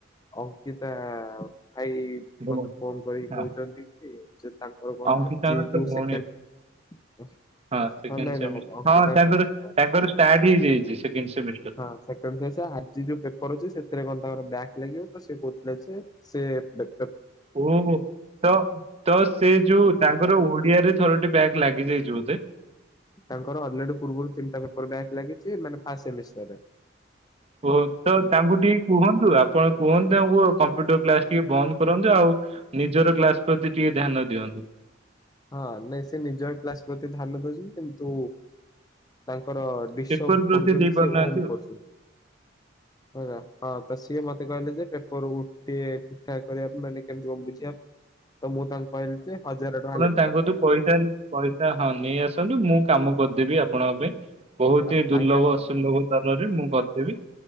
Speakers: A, on the left (about 20°); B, on the right (about 30°).
A: ଅଙ୍କିତା ଭାଇ
B: ଭଉ-
A: ମତେ ଫୋନ କରିକି
B: ହଁ
A: କହୁଛନ୍ତି କି--? ତାଙ୍କର କଣ
B: ଅଙ୍କିତାଙ୍କର
A: ଆଜି
B: ତ
A: ଯୋଉ
B: ଭଉଣୀ
A: ସେକେଣ୍ଡ
B: ହଁ
A: ଅ
B: ସେକେଣ୍ଡ
A: ଆମେ
B: ସେମିଷ୍ଟର
A: ନୁହ ଅଙ୍କିତା
B: ହଁ ତାଙ୍କର
A: କହିଚି। <unintelligible>
B: ତାଙ୍କର ଷ୍ଟାର୍ଟ ହେଇଯାଇଛି ସେକେଣ୍ଡ ସେମିଷ୍ଟର।
A: ହଁ ସେକେଣ୍ଡ୍ ସେମିଷ୍ଟର, ଆଜି ଯୋଉ ପେପର ଅଛି ସେଥିରେ କଣ ତାଙ୍କର ବ୍ୟାକ୍ ଲାଗିବ ତ, ସେ କହୁଥିଲା ଯେ ସେ ବା
B: ଓହୋ, ତ ତ ସେ ଯୋଉ ତାଙ୍କର ଓଡିଆରେ ଥରଟି ବ୍ୟାଗ ଲାଗିଯାଇଚି ବ
A: ତାଙ୍କର ଅଲରେଡି ପୂର୍ବରୁ ତିନିଟା ପେପର ବ୍ୟାଗ ଲାଗିଛି, ମାନେ ଫାର୍ଷ୍ଟ ସେମିଷ୍ଟରରେ।
B: ଓହୋ, ତ ତାଙ୍କୁ ଟିକେ କୁହନ୍ତୁ, ଆପଣ କୁହନ୍ତୁ ତାଙ୍କୁ କମ୍ପ୍ୟୁଟର କ୍ଲାସ ଟିକେ ବନ୍ଦ କରନ୍ତୁ, ଆଉ ନିଜର କ୍ଲାସ ପ୍ରତି ଟିକେ ଧ୍ୟାନ ଦିଅନ୍ତୁ।
A: ହଁ, ନାଇଁ ସେ ନିଜର କ୍ଲାସ ପ୍ରତି ଧ୍ୟାନ ଦଉଛନ୍ତି, କିନ୍ତୁ ତା ଙ୍କର ଡିଶଭ
B: ପେପର ପ୍ରତି
A: କରୁଛନ୍ତି
B: ଦେଇ ପାରୁନାହାନ୍ତି
A: ସେ ଓମ
B: ଆଉ।
A: କରୁଛନ୍ତି। ହେଲା, ହଁ ତ ସିଏ ମତେ କହିଲେ ଯେ ପେ କରୁ, ଟିକେ ଠିକ ଠାକ କରିବା ପାଇଁ ମାନେ କେମିତି କଣ ବୁଝିବା ପାଇଁ। ତ ମୁଁ ତାଙ୍କୁ କହିଲି ଯେ ହଜାର ଟଙ୍କା ଲା
B: ତାଙ୍କ ତୁ ପଇସା, ପଇସା ହଁ ନେଇ ଆସନ୍ତୁ ମୁଁ କାମ କରିଦେବି। ଆପଣଙ୍କ ପାଇଁ, ବହୁତ
A: ଆ-
B: ହି ଦୁର୍ଲଭ
A: ଆଜ୍ଞା ହଁ
B: ଅସୁଲଭ ସ୍ତରରେ ମୁଁ କରିଦେବି।